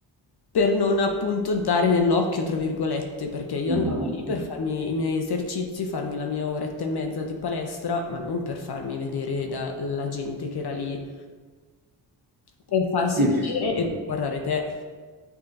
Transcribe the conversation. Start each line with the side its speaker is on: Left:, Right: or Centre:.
Left: per non appunto dare nell'occhio, tra virgolette, perché io
Right: Immagino.
Left: andavo lì per farmi i miei esercizi, farmi la mia oretta e mezza di palestra, ma non per farmi vedere dalla gente che era lì, per farsi
Right: Sì,
Left: vedere
Right: ci sono.
Left: e per guardare te.